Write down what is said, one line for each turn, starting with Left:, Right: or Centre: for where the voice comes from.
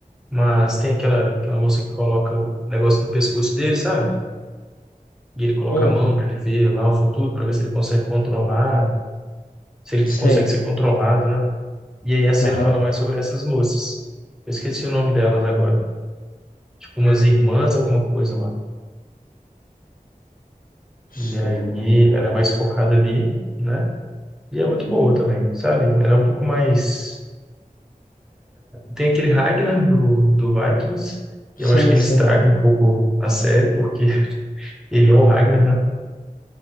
Centre: mas tem aquela aquela moça que coloca o negócio no pescoço dele, sabe? E ele coloca
Left: Hum,
Centre: a mão para ele ver lá o futuro, para ver se ele consegue controlar, se ele
Left: sei.
Centre: consegue ser controlado, né? E aí a série
Left: Aham.
Centre: fala mais sobre essas moças. Eu esqueci o nome delas agora. Tipo umas
Left: Hum,
Centre: irmãs, alguma coisa lá.
Left: sei.
Centre: E aí ela é mais focada ali, né? E é muito boa também, sabe? Ela é um pouco mais Tem aquele Ragnar do, do Vikings,
Left: Sim,
Centre: e eu acho que ele
Left: sim.
Centre: estraga um pouco a série, porque <laughs> ele é o Ragnar, né?